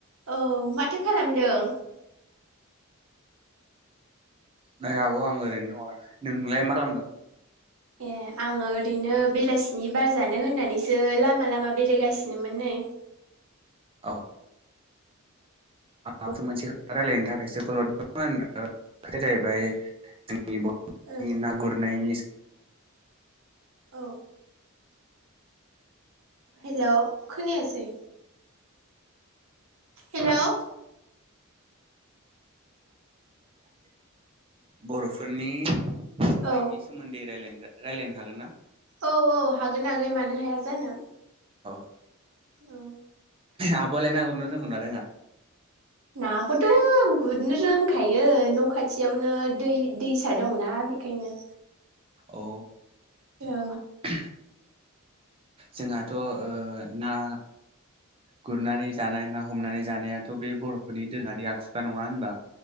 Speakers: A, on the right (about 75°); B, on the right (about 25°).
A: औ माथो खालामदों।
B: नै आब' आं ओरैनो दङ नोंलाय मा खालामदों।
A: ए आङो ओरैनो बेलासिनि बार जानो होननानैसो लामा लामा बेरायगासिनोमोन नै। <unintelligible>
B: औ आं मोनसे। रायलायनो थाखायसो खलरदोंमोन बे जाहैबाय। नि बर'नि
A: ओ
B: ना गुरनायनि
A: औ। हेल' खोनायासै हेल'।
B: बर'फोरनि गुरनायनि
A: औ
B: सोमोन्दै रायलायनो हागोन ना
A: औ औ हागोन आगै मानो हाया जानो।
B: औ
A: औ।
B: आब'लाय नागुरनो रोंगौना रोङा।
A: नाखौथ' गुरनो रोंखायो न' खाथियावनो दै दैसा दंना। बेखायनो
B: अ
A: औ
B: <unintelligible> जोंहाथ' ना। गुरनानै जानाय ना हमनानै जानायाथ' बे बर'फोरनि दोनारि आखुखा नङा होनबा।